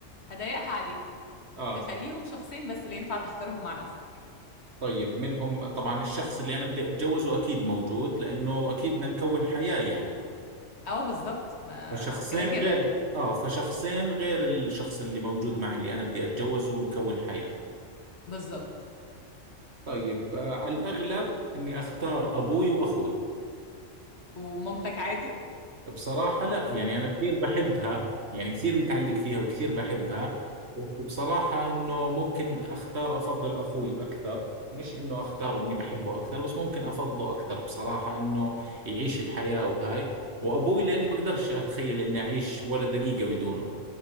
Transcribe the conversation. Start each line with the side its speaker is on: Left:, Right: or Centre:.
Left: هضايقها عليك
Right: اه
Left: هخليهم شخصين بس اللي ينفع تختارهم مع نفسك
Right: طيب منهم طبعا الشخص اللي انا بدي اتجوزه اكيد موجود لانه اكيد بدنا نكون حياة يعني
Left: اه بالظبط ما
Right: فشخصين
Left: كده كده
Right: غير اه فشخصين غير الشخص اللي موجود معي اللي انا بدي اتجوزه ونكون حياة
Left: بالظبط
Right: طيب آه على الاغلب اني اختار ابوي واخوي
Left: ومامتك عادي
Right: بصراحة لا يعني أنا كثير بحبها يعني كثير متعلق فيها وكثير بحبها بس بصراحة إنه ممكن أختار أفضل أخوي أكثر مش إنه أختاره إني بحبه أكثر بس ممكن أفضله أكثر بصراحة إنه يعيش الحياة وهاي وأبوي لأني بقدرش أتخيل إني أعيش ولا دقيقة بدونه